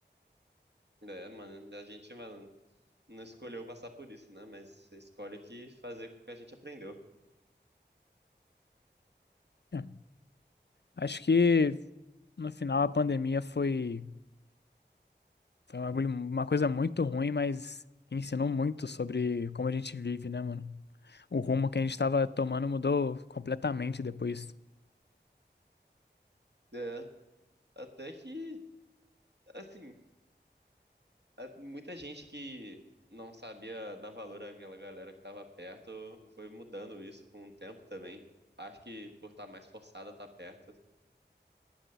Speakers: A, on the right; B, on the left.
A: É, mano, a gente, mano, não escolheu passar por isso, né? Mas escolhe o que fazer com o que a gente aprendeu.
B: É. Acho que no final a pandemia foi, foi um bagulho- uma coisa muito ruim, mas que ensinou muito sobre como a gente vive, né, mano? O rumo que a gente tava tomando mudou completamente depois.
A: É, até que, assim. a- muita gente que não sabia dar valor àquela galera que estava perto foi mudando isso com o tempo também. Acho que por estar mais forçada a estar perto.